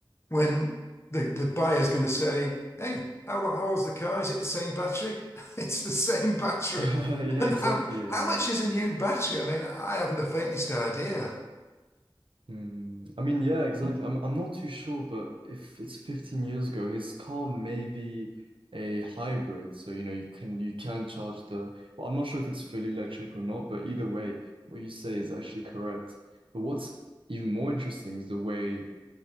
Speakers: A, on the left; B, on the right.
A: when the the buyer is going to say, "Hey, how how old's the car? Is it the same battery?" <laughs> It's the same battery.
B: <laughs>
A: <laughs>
B: Yeah,
A: And
B: exactly.
A: how how
B: Um,
A: much is a new battery? I mean, I haven't the faintest idea.
B: Hmm. I mean, yeah, exactly. I'm I'm not too sure, but if it's 15 years ago, his car may be a hybrid, so you know you can you can charge the. Well, I'm not sure if it's fully electric or not, but either way, what you say is actually correct. But what's even more interesting is the way